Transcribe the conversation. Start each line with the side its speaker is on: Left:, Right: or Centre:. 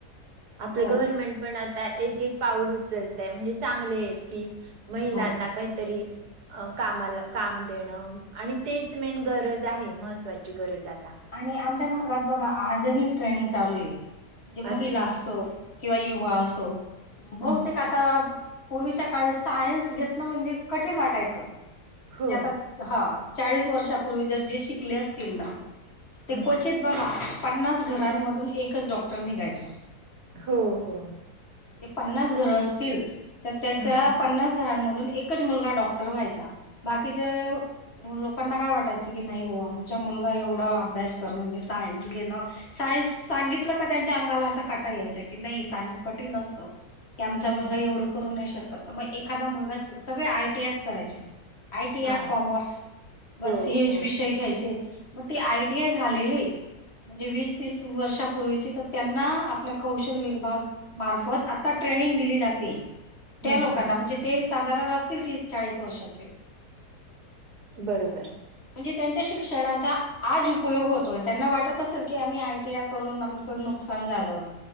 Right: आपलं
Left: हो
Right: गवर्नमेंट पण आता एक एक पाऊल उचलत म्हणजे चांगलं <unintelligible> की महिलांना
Left: हो
Right: काहीतरी अ कामाला काम देणं आणि तेच मेन गरज आहे. महत्त्वाची गरज आहे.
Left: आणि आमच्या भागात बघा आजही ट्रेनिंग चालूए. ती महिला
Right: अच्छा
Left: असो किंवा युवा असो
Right: हम्म
Left: बहुतेक
Right: हम्म
Left: आ आता पूर्वीच्या काळे सायन्स घेतणं म्हणजे कठीण वाटायचं म्हणजे
Right: हो
Left: आता हा चाळीस वर्षापूर्वी जर जे शिकले असतील ना. ते
Right: हम्म
Left: क्वचित बघा पन्नास घरांमधून एकच डॉक्टर निघायच्या.
Right: हो, हो.
Left: म्हणे पन्नास घर असतील तर त्याच्या
Right: हम्म हम्म
Left: पन्नास घरांमधून एक -- एक मुलगा डॉक्टर व्हायचा. बाकीच - लोकांना काय वाटायच की नाही बुआ आमचा मुलगा एवढं अभ्यास करणं म्हणजे सायन्स घेणं -- सायन्स सांगितलं का त्यांच्या अंगाला असा कटा यायच्या की नाही सायन्स कठीण असतं. की आमचा मुलगा
Right: हम्म.
Left: एवढं करू नाही शकत. मग एखादा मुलगाच सगळे आयटीआयच करायचे. आयटीया,
Right: हा
Left: कॉमर्स बस
Right: हो
Left: हेच
Right: हो
Left: विषय घ्यायचे म ती आयटीआय झालेली म्हणजे वीस, तीस वर्षापूर्वीची तर त्यांना आपला कौशल विभाग मार्फत आता ट्रेनिंग दिली जाते. त्या
Right: हम्म
Left: लोकांना
Right: हम्म हम्म.
Left: म्हणजे ते साधारण असतील तीस चाळीस वर्षाचे.
Right: बरोबर.
Left: म्हणजे त्यांच्या शिक्षणाचा -- आज उपयोग होतोय. त्यांना वाटत असेल की आम्ही आयटीआय करून आमचं नुकसान झालं.